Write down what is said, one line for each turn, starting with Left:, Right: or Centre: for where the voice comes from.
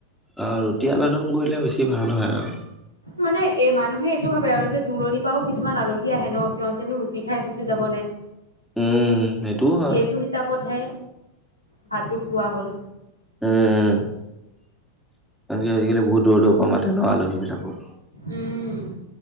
Centre: অ, ৰুটি, আলুদম কৰিলে বেছি ভাল হয় আৰু।
Left: মানে, এ মানুহে এইটো ভাবে আৰু যে, দূৰণিৰ পৰাওঁ কিছুমান আলহী আহে ন, সিহঁতেনো ৰুটি খাই গুচি যাব নে?
Centre: উম, সেইটোও হয়
Left: সেইটো হিচাপতহে, ভাতটো খোৱা হ'ল।
Centre: উম, কাৰণ কেলে, আজিকালি বহুত দূৰ-দূৰৰ পৰা মাতে ন আলহী বিলাকো।
Left: উম,